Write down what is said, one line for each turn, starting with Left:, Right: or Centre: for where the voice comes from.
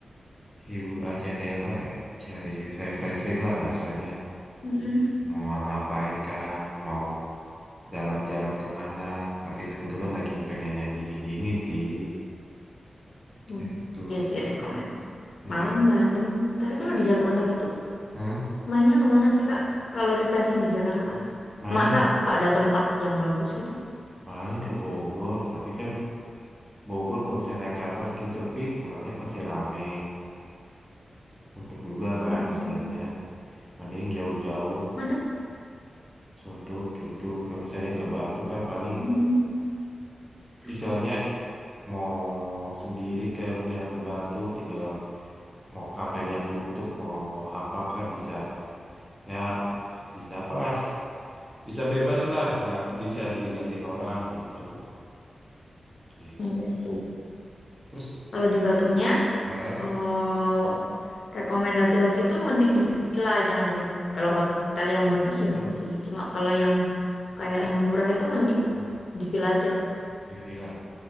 Centre: ibu, ah, cari apa ya? Cari refreshing lah bahasanya.
Left: Mm-mm.
Centre: Mau ngapain kah? Mau jalan-jalan kemana? Tapi kebetulan lagi pengen yang dingin-dingin sih.
Left: Hmm.
Centre: Itu.
Left: Iya sih rekomend.
Centre: Iya.
Left: Malang, Bandung. Tapi kalau di Jakarta gitu,
Centre: Hah?
Left: mainnya kemana sih Kak? Kalau refreshing di Jakarta,
Centre: Main
Left: masa nggak ada tempat yang bagus gitu?
Centre: paling ke Bogor. Tapi kan Bogor kalau misalnya naik ke atas mungkin sepi, pulangnya pasti rame. Suntuk juga kan
Left: Iya
Centre: akhirnya.
Left: sih.
Centre: Mending jauh-jauh.
Left: Macet.
Centre: suntuk gitu ke misalnya ke Batu kan paling
Left: Mm.
Centre: istilahnya mau sendiri ke misalnya ke Batu tinggal mau kafenya tutup mau apa kan bisa ya bisa apalah bisa bebas lah nggak bisa diliatin orang gitu loh gitu.
Left: Iya sih.
Centre: terus
Left: Kalau di Batunya,
Centre: nah
Left: eh rekomendasi lagi tuh mending di villa, jangan di hotel. Kalau hotel yang bagus ya
Centre: hmm,
Left: bagus sih. Cuma kalau yang kayak yang murah itu mending
Centre: hmm,
Left: di villa aja.
Centre: di villa